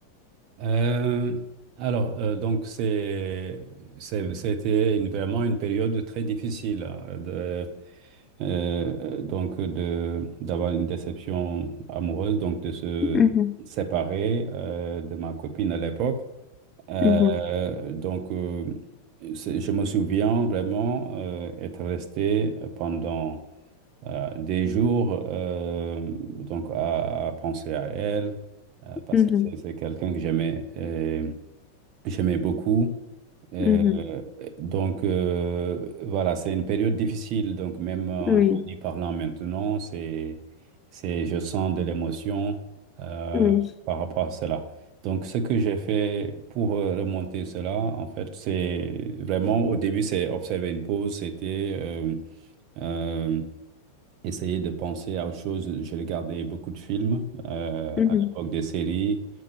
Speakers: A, on the right (about 40°); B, on the left (about 20°).
A: Euh, alors, euh, donc, c'est, c'est- c'était une- vraiment une période très difficile, hein, de, euh, donc de, d'avoir une déception amoureuse, donc de se
B: Mhm,
A: séparer euh, de ma copine à l'époque. Euh,
B: mhm,
A: donc, euh, c'est- je me souviens vraiment euh, être resté euh, pendant euh, des jours euh, donc à, à penser à elle euh, parce
B: mhm,
A: que c'est c'est quelqu'un que j'aimais euh, j'aimais beaucoup. Euh,
B: mhm.
A: donc euh, voilà, c'est une période difficile. Donc même en,
B: Oui,
A: en y parlant maintenant, c'est, c'est, je sens de l'émotion euh,
B: oui.
A: par rapport à cela. Donc ce que j'ai fait pour euh, remonter cela, en fait, c'est vraiment au début, c'est observer une pause, c'était euh, euh, essayer de penser à autre chose. J'ai regardé beaucoup de films euh,
B: mhm,
A: à l'époque des séries